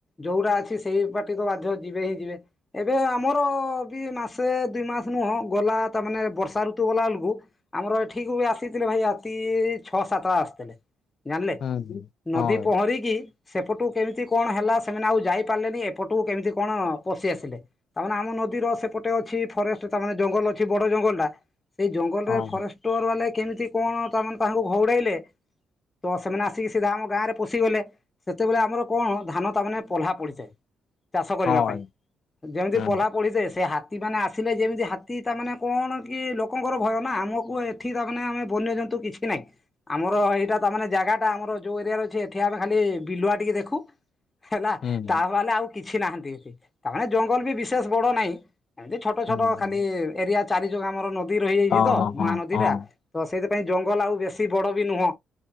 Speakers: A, on the left; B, on the left.
A: ଯୋଉଟା ଅଛି ସେଇ ପାଟି ତ ବାଧ୍ୟ ଯିବେ ହିଁ ଯିବେ। ଏବେ ଆମର ବି ମାସେ ଦୁଇ ମାସ ନୁହଁ ଗଲା ତା ମାନେ ବର୍ଷା ଋତୁ ଗଲା ବେଳକୁ। ଆମର ଏଠିକ ବି ଆସିଥିଲେ ଭାଇ ରାତି ଛଅ ସାତଟା ଆସିଥିଲେ। ଜାଣିଲେ
B: ହୁଁ
A: ନଦୀ
B: ହଁ ଭାଇ
A: ପହଁରିକି- ସେପଟକୁ କେମିତି କଣ ହେଲା ସେମାନେ ଆଉ ଯାଇ ପାରିଲେନି। ଏପଟକୁ କେମିତି କଣ ପଶି ଆସିଲେ? ତାମାନେ ଆମ ନଦୀର ସେପଟେ ଅଛି ଫରେଷ୍ଟ ତାମାନେ ଜଙ୍ଗଲ ଅଛି ବଡ ଜଙ୍ଗଲ ଟା। ସେଇ ଜଙ୍ଗଲରେ
B: ହଁ
A: ଫରେଷ୍ଟର ବାଲେ କେମିତି କଣ ତାମାନେ ତାଙ୍କୁ ଘଉଡାଇଲେ? ତ ସେମାନେ ଆସିକି ସିଧା ଆମ ଗାଁରେ ପଶିଗଲେ। ସେତେବେଳେ ଆମର କଣ ଧାନ ତାମାନେେ ପହ୍ଲା ପଡିଯାଏ ଚାଷ କରିବା
B: ହଁ ଭାଇ
A: ପାଇଁ। ଯେମିତି
B: ହୁଁ
A: ପହ ପଡ଼ିଯାଏ ସେ ହାତ- ହାତୀ ମମାନେେ ଆସିଲେ ଯେମିତି ହାତୀ ତାମାନେେ କଣ କି ଲୋକଙ୍କର ଭୟ ନା? ଆମକୁ ଏଠି ତାମାନେେ ଆମେ ବନ୍ୟଜନ୍ତୁ କିଛି ନାଇଁ। ଆମର ଏଇଟା ତ ମାନେ ଜାଗା ଟା ଆମର ଯୋଉ ଏରିଆ ର ଅଛି ଏଠି ଆମେ ଖାଲି ବିଲୁଆ ଟିକେ ଦେଖୁ ହେଲା
B: ହୁଁ
A: ତାହଲେ ଆଉ କିଛି ନାହାନ୍ତି ଏଠି। ତାମାନେେ ଜଙ୍ଗଲ ବି ବିଶେଷ ବଡ ନାହିଁ ଏମତି ଛୋଟ
B: ହୁଁ
A: ଛୋଟ
B: ହୁଁ
A: ଖାଲି ଏରିଆ- ଚାରି ଜଙ୍କ ଆମର ନଦୀ ରହିଯାଇଛି
B: ହଁ
A: ତ
B: ହଁ ହଁ
A: ମହାନଦୀ
B: ହଁ
A: ଟା। ତ ସେଇଥିପାଇଁ ଜଙ୍ଗଲ ଆଉ ବେଶୀ ବଡ ବି ନୁହଁ।